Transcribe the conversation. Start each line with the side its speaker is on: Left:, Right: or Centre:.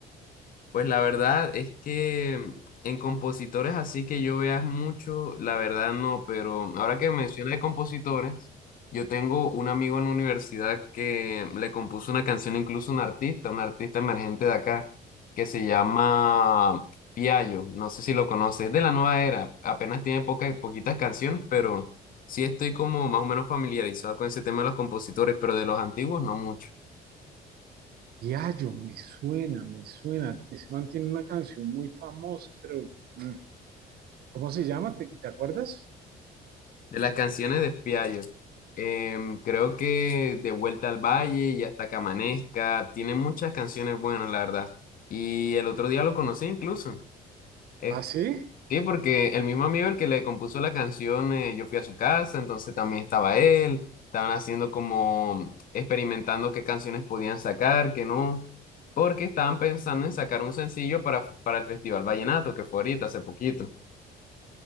Left: Pues la verdad es que mm, en compositores así que yo veas mucho, la verdad no, pero ahora que menciona de compositores, yo tengo un amigo en la universidad que le compuso una canción incluso a un artista, un artista emergente de acá, que se llama Piallo, no sé si lo conoces, es de la nueva era, apenas tiene pocas, poquitas canciones, pero sí estoy como más o menos familiarizado con ese tema de los compositores, pero de los antiguos no mucho.
Right: Yayo, me suena, me suena. Ese man tiene una canción muy famosa, pero mm, ¿cómo se llama? ¿Te, te acuerdas?
Left: De las canciones de Fiallo, em, creo que De Vuelta al Valle y Hasta que amanezca, tiene muchas canciones buenas, la verdad. Y el otro día lo conocí incluso. Eh,
Right: Ah, sí,
Left: sí, porque el mismo amigo el que le compuso la canción, eh, yo fui a su casa, entonces también estaba él. Estaban haciendo como experimentando qué canciones podían sacar, qué no, porque estaban pensando en sacar un sencillo para, para el Festival Vallenato, que fue ahorita, hace poquito.